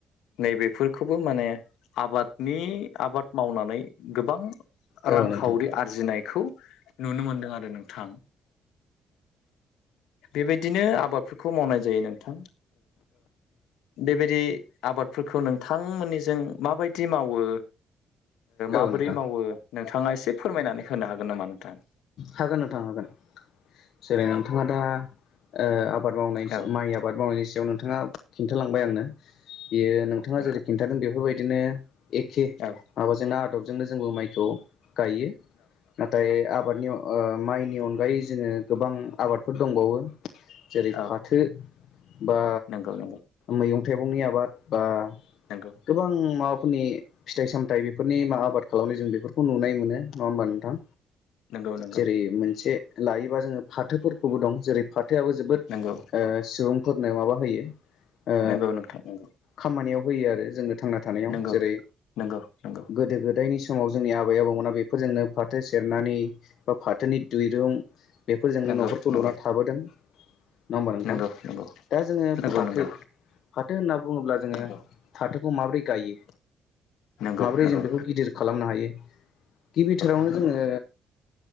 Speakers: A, on the left (about 85°); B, on the left (about 70°).
A: नैबे खौबो माने आबादनि आबाद मावनानै गोबां
B: औ
A: रांखावरि
B: नोंथां
A: आरजिनायखौ नुनो मोनदों आरो नोंथां बेबायदिनो आबादफोरखौ मावनाय जायो नोंथां बेबायदि आबादफोरखौ नोंथांमोननिजों माबायदि मावो
B: औ
A: माबोरै
B: नोंथां
A: मावो नोंथाङा एसे फोरमायनानै होनो हागोन नामा नोंथां
B: हागोन नोंथां हागोन जेरै नोंथाङा
A: औ
B: दा ओ आबाद मावनाय
A: औ
B: माइ आबाद मावनायनि सायाव नोंथाङा खिन्थालांबाय आंनो बियो नोंथाङा
A: नोंथां
B: जेरै खिन्थादों बेफोरबायदिनो एखे
A: औ
B: माबाजोंनो आदबजोंनो जोंबो माइखौ गायो नाथाय आबादनि माइनि अनगायै जोङो गोबां आबादफोर दंबावो जेरै
A: औ
B: फाथो बा
A: नंगौ औ
B: मैं थाइगंनि आबाद बा
A: नंगौ
B: गोबां माबा फोरनि फिथाइ सामथाइ बेफोरनि मा आबाद खालामनाय जों बेफोरखौ नुनाय मोनो नङा होमबा नोंथां
A: नंगौ नंगौ
B: जेरै मोनसे लायोबा जोङो फाथोफोरखौबो दं जे फाथोआबो जोबोद
A: नंगौ नंगौ
B: ओ सुबुंफोरनो माबा होयो ओ
A: नंगौ नोंथां नंगौ
B: खामानियाव होयो आरो जोङो थांना थानायाव
A: नंगौ
B: जेरै
A: नंगौ नंगौ
B: गोदो गोदायनि सम समाव जोंनि आबै आबौमोना बेफोरजोंनो फाथो सेरनानै बा फाथोनि दुइरुं बेफोरजोंनो
A: नंगौ
B: न'खरखौ
A: नंगौ
B: लुना थाबोदों नङा होमबा नोंथां
A: नंगौ नंगौ
B: दा जोङो
A: नंगौ
B: फाथो
A: नंगौ
B: फाथो होनना बुङोब्ला जोङो
A: नंगौ
B: फाथोखौ माबोरै गायो
A: नंगौ
B: माब्रै
A: नंगौ
B: जों बेखौ गिदिर खालामनो हायो गिबिथोरावनो
A: नंगौ
B: जोङो